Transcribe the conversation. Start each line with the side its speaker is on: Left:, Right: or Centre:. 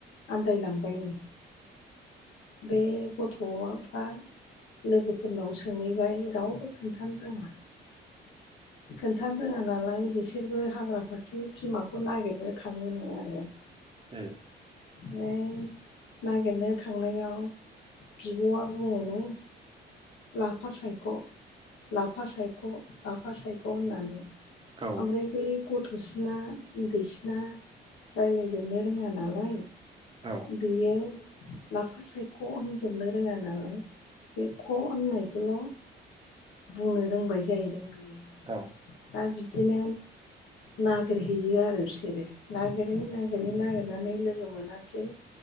Left: आन्दायलांबायनो बे गथ'फ्रा लोगोफोरनाव सोंहैबाय रावबो खोन्थानो रोङा खोन्थानो रोङा नालाय बिसोरबो हाग्रा फारसे बिमाखौ नागिरनो थाङोनो ए
Right: ए <unintelligible>
Left: ओमफ्राय नागिरनो थांनायाव बिब'आ बुङोनो लाफा सायख'- लाफा सायख' - लाफा सायख' होननानै
Right: औ
Left: ओमफ्राय बै गथ'सिना उन्दैसिना राय्लायजोबनो रोङा नालाय
Right: औ
Left: बियो लाफा सायख' होनजोबनो रोङा नालाय बे ख' होननायखौल' बुंनो रोंबाय जाहैदों बेयो
Right: औ
Left: दा बिदिनो नागिरहैयो आरो बिसोरो नागिरै- नागिरै नागिरनानै लोगो मोनासै